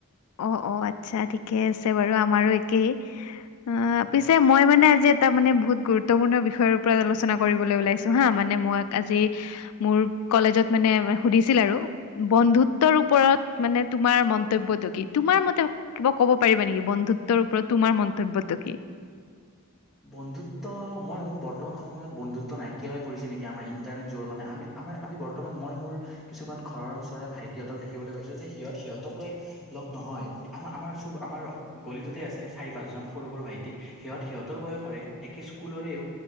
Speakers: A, on the left; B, in the centre.
A: অ, অ, আতচ্ছা ঠিকে আছে বাৰু, আমাৰো একেই। অ,
B: হয়
A: পিছে মই মানে আজি এটা মানে বহুত গুৰুত্ব গুত্বপূৰ্ণ বিষয়ৰ ওপৰত আলোচনা কৰিবলৈ ওলাইছো হা, মানে মই আজি মোৰ কলেজত মানে সুধিছিল আৰু। বন্ধুত্বৰ ওপৰত মানে তোমাৰ মন্তব্য কি, তোমাৰ মতে কিবা ক'ব পাৰিবা নেকি? বন্ধুত্বৰ ওপৰত তোমাৰ মন্তব্যতটো কি?
B: বন্ধুত্ব, মই ভাবো বৰ্তমান সময়ত বন্ধুত্ব নাইকিয়া হৈ পৰিছে নেকি? আমাৰ ইণ্টাৰনেট যোৱাৰ কাৰণে আমি আমাৰ আমি বৰ্তমান মই মোৰ কিছুমান ঘৰৰ ওচৰৰে ভাইটি হঁতক দেখিবলৈ পাইছো যে, সিহঁত, সিহঁতক লৈ লগ নহয়। আমাৰ, আমাৰ চুব আমাৰ, গলিটোতে আছে, চাৰি পাঁচজন সৰু- সৰু ভাইটি সিহঁত, সিহঁত সিহঁতৰে বয়সৰে, একে স্কুলৰেও